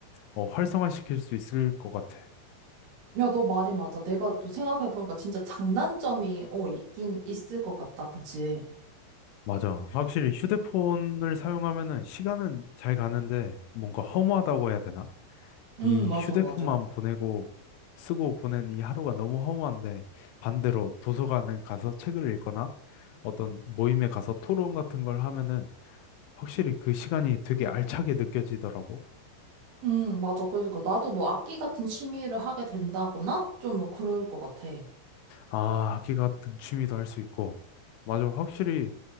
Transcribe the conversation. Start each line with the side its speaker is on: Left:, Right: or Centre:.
Left: 어, 활성화시킬 수 있을 것 같아.
Right: 야, 너 말이 맞아. 내가 또 생각해보니까 진짜 장단점이, 어, 있긴 있을 것 같다. 그치?
Left: 맞아. 확실히 휴대폰을 사용하면은 시간은 잘 가는데 뭔가 허무하다고 해야 되나?
Right: 응,
Left: 이
Right: 맞아,
Left: 휴대폰만
Right: 맞아.
Left: 보내고 쓰고 보낸 이 하루가 너무 허무한데 반대로 도서관에 가서 책을 읽거나 어떤 모임에 가서 토론 같은 걸 하면은 확실히 그 시간이 되게 알차게 느껴지더라고.
Right: 응, 맞아. 그래서 그 나도 뭐 악기 같은 취미를 하게 된다거나? 좀 뭐 그럴 것 같아.
Left: 아, 악기 같은 취미도 할 수 있고. 맞아. 확실히